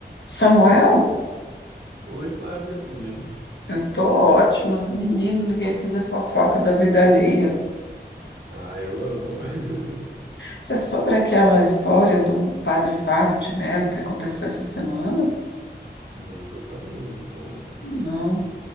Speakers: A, on the left (about 85°); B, on the right (about 75°).
A: Samuel,
B: Oi, Flávia, tudo bem?
A: eu tô ótima. Menino, liguei pra fazer fofoca da vida alheia.
B: Ah, eu amo. <laughs>
A: Isso é sobre aquela história do padre Fábio de Melo que aconteceu essa semana?
B: Não tô sabendo, me conta.
A: Não.